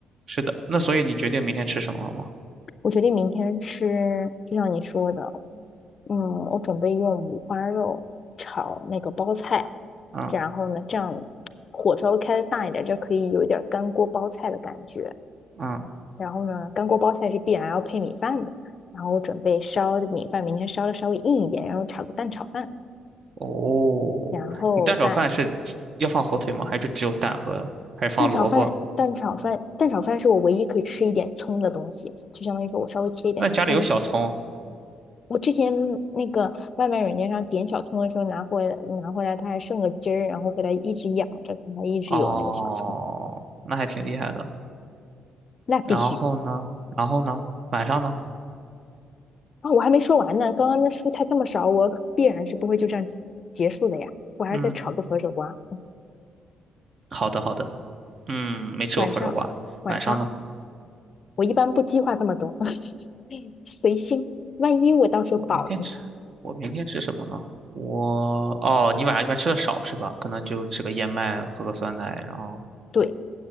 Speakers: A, on the right (about 45°); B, on the left (about 45°).
A: 是的，那所以你决定明天吃什么了吗？
B: 我决定明天吃，就像你说的，嗯，我准备用五花肉炒那个包菜，
A: 嗯
B: 然后呢，这样火稍微开的大一点，就可以有一点干锅包菜的感觉。
A: 嗯，
B: 然后呢，干锅包菜是必然要配米饭的。然后我准备烧的米饭，明天烧的稍微硬一点，然后炒个蛋炒饭，
A: 哦，
B: 然后再
A: 你蛋炒饭是只要放火腿吗？还是只有蛋和，还是放萝卜？
B: 蛋炒饭，蛋炒饭，蛋炒饭是我唯一可以吃一点葱的东西，就相当于说我稍微切一点葱。
A: 那家里有小葱？
B: 我之前那个外卖软件上点小葱的时候，拿回来拿回来，它还剩个汁儿，然后给它一直养着，它还一直有那个小葱，
A: 哦，那还挺厉害的。
B: 那必须。
A: 然后呢？然后呢？晚上呢？
B: 啊，我还没说完呢，刚刚那蔬菜这么少，我必然是不会就这样结束的呀，我还要再炒个佛手瓜。
A: 嗯，好的好的。嗯，没吃过佛手瓜。
B: 晚上，晚上，
A: 晚上呢？
B: 我一般不计划这么多，<laughs> 随心。万一我到时候饱了呢？
A: 我明天吃，我明天吃什么呢？我哦，你晚上一般吃的少是吧？可能就吃个燕麦，喝个酸奶，然后
B: 对，